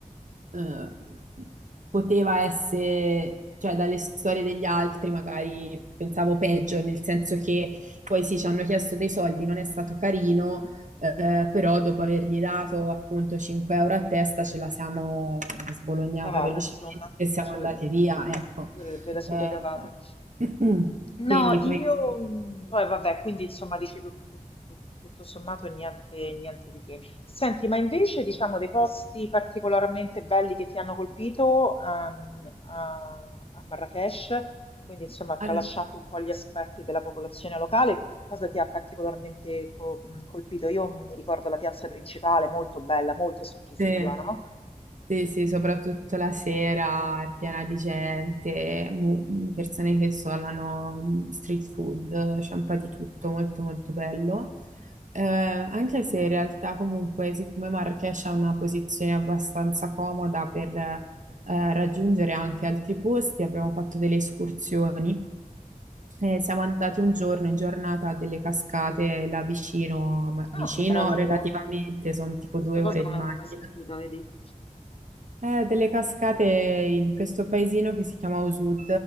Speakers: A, on the right (about 60°); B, on the left (about 40°).
A: eh, poteva essere, cioè dalle storie degli altri magari pensavo peggio, nel senso che poi sì, ci hanno chiesto dei soldi, non è stato carino, eh, però dopo avergli dato appunto 5 euro a testa ce la siamo sbolognata
B: cavata
A: velocemente
B: insomma,
A: e siamo
B: ce
A: andate
B: l mhmm,
A: via, ecco.
B: ve ve la siete
A: Eh,
B: cavata.
A: <clears throat>
B: No,
A: quindi questo.
B: io mh, poi vabbè, quindi insomma dici tu- tu- tu- tutto sommato niente, niente di che. Senti, ma invece diciamo dei posti particolarmente belli che ti hanno colpito ehm, a, a Marrakech, quindi insomma tralasciando
A: Allora,
B: un po' gli aspetti della popolazione locale, cosa ti ha particolarmente co- mh, colpito? Io mi ricordo la piazza principale, molto bella, molto suggestiva,
A: Sì,
B: no?
A: sì, sì, soprattutto la sera è piena di gente, mu- mm, persone che suonano mm, street food, c'è un po' di tutto, molto molto bello. Eh, anche se in realtà comunque, siccome Marrakesh ha una posizione abbastanza comoda per eh, raggiungere anche altri posti, abbiamo fatto delle escursioni. Eh, siamo andati un giorno in giornata a delle cascate là vicino, ma
B: Ah,
A: vicino
B: che meraviglia!
A: relativamente, sono tipo
B: Questa
A: due
B: cosa
A: ore
B: non
A: di
B: l'avevo
A: macchina.
B: mai sentita, vedi?
A: Eh, delle cascate in questo paesino che si chiama Osud